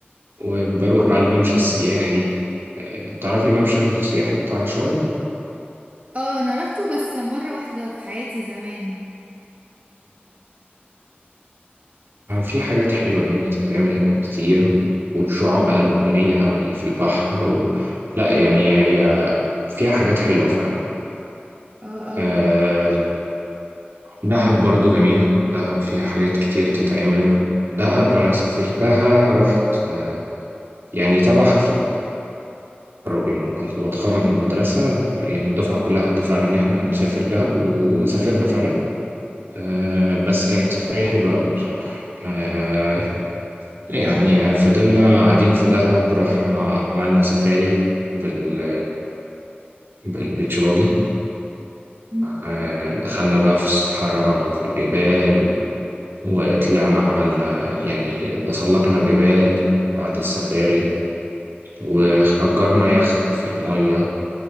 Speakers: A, on the right; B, on the right.
A: وبروح بقى الممشى السياحي آه، تعرفي الممشى السياحي بتاع شرم؟
B: اه انا رحته بس مرة واحدة في حياتي زمان
A: آه، في حاجات حلوة يعني تتعمل هناك كتير والشعاب بقى المرجانية واللي في البحر و... لا يعني هي فيها حاجات حلوة فعلا
B: اه قوي
A: آه، دهب برضو جميلة دهب فيها حاجات كتير تتعمل دهب أنا سافرتها رحت آه، يعني تبع حفل التخرج لما كنت بتخرج من المدرسة يعني الدفعة كلها اتفقنا إن إحنا هنسافر دهب و- وسافرنا فعلا آه، بس كانت سفرية حلوة قوي بصراحة آه، يعني فضلنا قاعدين في دهب رحنا عملنا سفاري بال بالبيتش باجي
B: مم.
A: آه، دخلنا بقى في الصحراء وفي الجبال و- وطلعنا عملنا يعني تسلقنا جبال بعد السفاري وأجرنا يخت في المية